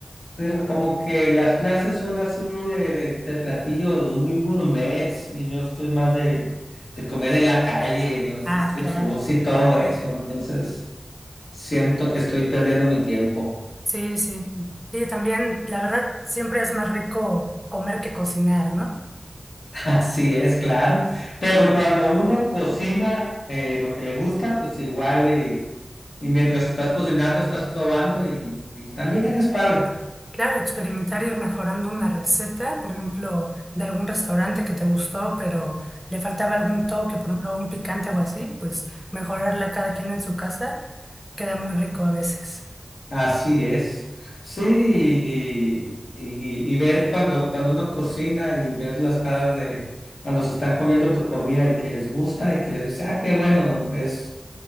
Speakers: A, on the left; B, in the centre.
A: Pero como que las clases son así de, de- de platillos muy gourmets y yo soy más de, de comer en la calle, en los
B: Ah,
A: street
B: claro.
A: foods y todo eso. Entonces siento que estoy perdiendo mi tiempo.
B: Sí, sí. Sí, también, la verdad, siempre es más rico comer que cocinar, ¿no?
A: <laughs> Así es, claro. Pero cuando uno cocina eh, lo que le gusta, pues igual y, y mientras estás cocinando estás probando y, y también es padre.
B: Claro, experimentar ir mejorando una receta, por ejemplo, de algún restaurante que te gustó, pero le faltaba algún toque, por ejemplo, un picante o así, pues mejorarla cada quien en su casa queda muy rico a veces.
A: Así es. Sí, y, y- y- y ver cuando, cuando uno cocina y ver las caras de cuando se están comiendo tu comida y que les gusta y que les dice, ah, qué bueno, es,